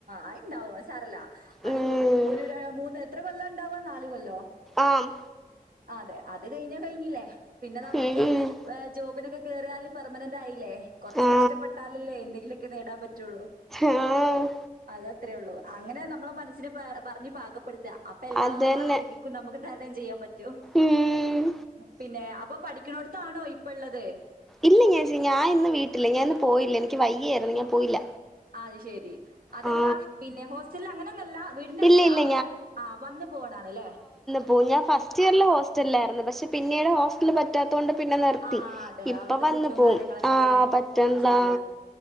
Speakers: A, on the right; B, in the centre.
A: അയ്ണ്ടാവും സറല്ല
B: ഉം
A: അത് ഒരു ര മൂന്ന് എത്ര കൊല്ലാണ്ടാവാ നാല് കൊല്ലോ
B: ആഹ്
A: അതെ അത് കഴിഞ്ഞ കഴിഞ്ഞില്ലേ പിന്നെ നമുക്ക്
B: ഉം
A: ഹേ ജോബിനൊക്കെ കേറിയാല് പെർമനന്റ് ആയില്ലേ കുറച്ച്
B: ആ
A: കഷ്ടപ്പെട്ടാലല്ലേ എന്തെങ്കിലൊക്കെ നേടാൻ പറ്റൊള്ളൂ
B: ആഹ്
A: അതത്രേ ഒള്ളു അങ്ങനെ നമ്മളെ മനസ്സിനെ പ പറഞ്ഞ് പാകപ്പെടുത്ത അപ്പോ എല്ലാ
B: അതന്നെ
A: രീതി നമുക്ക് തരണം ചെയ്യാൻ പറ്റും
B: ഉം
A: പിന്നെ അപ്പോ പഠിക്കുന്നോടതാണോ ഇ പ്പള്ളത്
B: ഇല്ല ചേച്ചി ഞാൻ ഇന്ന് വീട്ടില് ഞാൻ ഇന്ന് പോയില്ല എനിക്ക് വ വയ്യായിരുന്നു ഞാൻ പോയില്ല
A: അത് ശെരി അതല്ല
B: ആ
A: പിന്നെ ഹോസ്റ്റലിൽ അങ്ങനെ ഒന്നല്ല വീടിന്റെ അടുത്ത്
B: ഇല്ല ഇല്ല
A: അവിടെ ആ വന്നു പോണാണ് ലെ
B: പോ ഞാൻ ഫസ്റ്റ് ഇയറൽ ഹോസ്റ്റലിലായിരുന്നു പക്ഷെ പിന്നീട് ഹോസ്റ്റൽ പ പറ്റാത്തൊണ്ട് പിന്നെ നിർത്തി
A: ആ അതെ
B: ഇപ്പൊ
A: അവിടുത്തെ
B: വന്നു
A: ഫുഡും
B: പോകും
A: കാര്യങ്ങളൊക്കെ
B: ആ
A: അല്ലേ
B: പറ്റന്താ
A: ശരിയാ